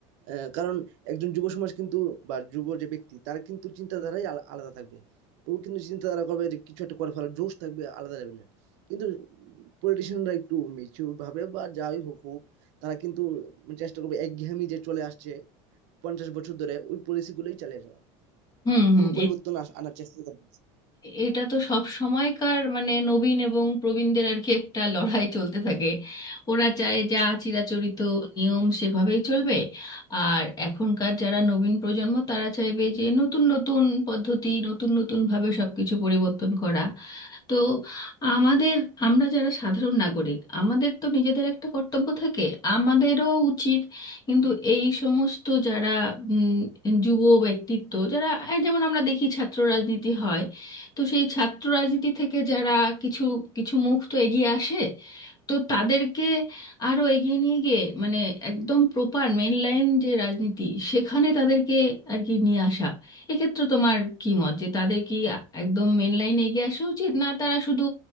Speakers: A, on the right; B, on the left.
A: আহ, কারণ একজন যুব সমাজ কিন্তু বা যুব যে ব্যক্তি তার কিন্তু চিন্তাধারাই আলা- আলাদা থাকবে ও কিন্তু চিন্তাধারা করবে যে কিছু একটা করে ফেলার জোশ থাকবে আলাদা লেভেলের কিন্তু পলিটিশিয়ানরা একটু মেচিউর ভাবে বা যাই হোক হোক তারা কিন্তু চেষ্টা করবে একঘেয়েমি যে চলে আসছে পঞ্চাশ বছর ধরে ওই পলিসি গুলোই চালিয়ে যাওয়ার
B: হুম হুম
A: কোনো পরিবর্তন আস- আনার চেষ্টা করবে
B: এটা তো সব সময়কার মানে নবীন এবং প্রবীণদের আর কি একটা লড়াই চলতে থাকে ওরা চায় যা চিরাচরিত নিয়ম সেভাবেই চলবে আর এখনকার যারা নবীন প্রজন্ম তারা চাইবে যে নতুন নতুন পদ্ধতি নতুন নতুন ভাবে সবকিছু পরিবর্তন করা তো আমাদের আমরা যারা সাধারণ নাগরিক আমাদের তো নিজেদের একটা কর্তব্য থাকে আমাদেরও উচিত কিন্তু এই সমস্ত যারা উম, যুব ব্যক্তিত্ব যারা এই যেমন আমরা দেখি ছাত্র রাজনীতি হয় তো সেই ছাত্র রাজনীতি থেকে যারা কিছু কিছু মুখ তো এগিয়ে আসে তো তাদেরকে আরো এগিয়ে নিয়ে গিয়ে মানে একদম প্রপার মেইন লাইন যে রাজনীতি সেখানে তাদেরকে আর কি নিয়ে আসা এক্ষেত্রে তোমার কি মত যে তাদের কি একদম মেইন লাইনে এগিয়ে আসা উচিত না তারা শুধু